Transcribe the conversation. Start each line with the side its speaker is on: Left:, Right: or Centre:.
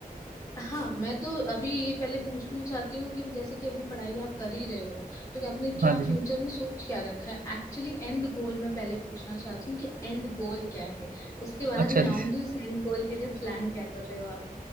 Left: हाँ मैं तो अभी ये पहले पूछना चाहती हूँ कि जैसे कि अभी पढ़ाई आप कर ही रहे हो तो कि आपने क्या
Right: हाँ दीदी
Left: फ्यूचर में सोच क्या रखा है एक्चुअली एंड गोल मैं पहले पूछना चाहती हूँ कि एंड गोल क्या है उसके बाद
Right: अच्छा
Left: मैं आऊंगी
Right: दीदी
Left: उस एंड गोल के लिए प्लान क्या कर रहे हो आप